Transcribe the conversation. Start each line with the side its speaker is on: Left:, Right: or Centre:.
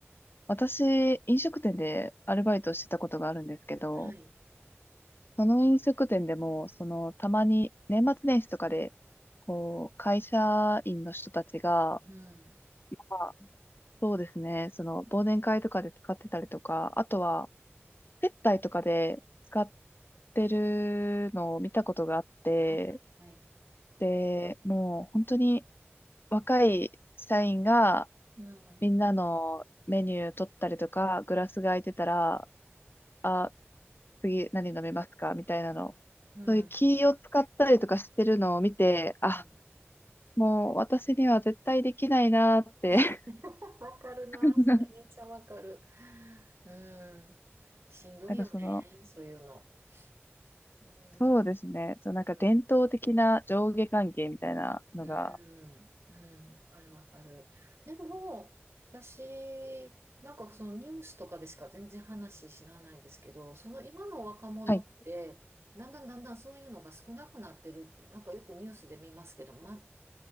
Left: 私、飲食店でアルバイトしてたことがあるんですけど、
Right: はい。
Left: その飲食店でも、その、たまに年末年始とかで、こう、会社員の人たちが、
Right: うん。
Left: まあそうですね、その、忘年会とかで使ってたりとか、あとは、接待とかで使ってるのを見たことがあって、
Right: はいはいはい。
Left: で、もう本当に若い社員が
Right: うん。
Left: みんなのメニュー取ったりとか、グラスが空いてたら、あ、次何飲めますかみたいなの。
Right: うん。
Left: そういう気を使ったりとかしてるのを見て、
Right: うん。
Left: あ、もう私には絶対できないなーって。
Right: <laughs> わかるな。
Left: <laughs>
Right: それめっちゃわかる。うん。しんどいよね。
Left: なんかその、
Right: そういうの。うん。
Left: そうですね。そう、なんか伝統的な上下関係みたいなのが、
Right: うん。うん。うん。わかるわかる。でも、私、なんかそのニュースとかでしか全然話知らないんですけど、その今の若者って、
Left: はい。
Right: だんだんだんだんそういうのが少なくなってるって、なんかよくニュースで見ますけど、ま、